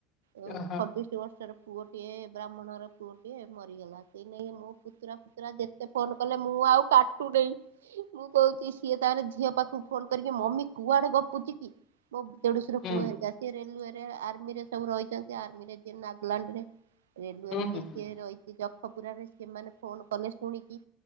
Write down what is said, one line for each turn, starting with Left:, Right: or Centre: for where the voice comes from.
Right: ଓ
Left: ଓହୋ
Right: ପଦ୍ଶ ବର୍ଷର ପୁଅଏ ବ୍ରାହ୍ମଣର ପୁଅ ଟଏ ମରିଗଲା ସେଇ ନେଇ ମୋ ପୁତୁରା ଫୁତୁରା ଯେତେ ଫୋନ କଲେ ମୁଁ ଆଉ କାଟୁନ ମୁଁ କହୁଛି ସିଏ ତାହେଲେ ଝିଅ ପାଖକୁ ଫୋନ କରିକି ମମି କୁଆଡେ ଗପୁଛି କି ମୋ ତେଡୁଶୀ ର
Left: ହୁଁ
Right: ପୁଅ ହେତା ସିଏ ରେଲରେ ଆର୍ମି ରେ ସବୁ ରହିଛନ୍ତି ଆର୍ମିରେ ଲଣ୍ଡନି। ରେଲୱେରେ
Left: ହୁଁ
Right: ଯେଏ
Left: ହୁଁ
Right: କିଏ ରହିଛି। କୁ ରେ ସେମାନେ ଫୋନ କଲେ ଶୁଣିକି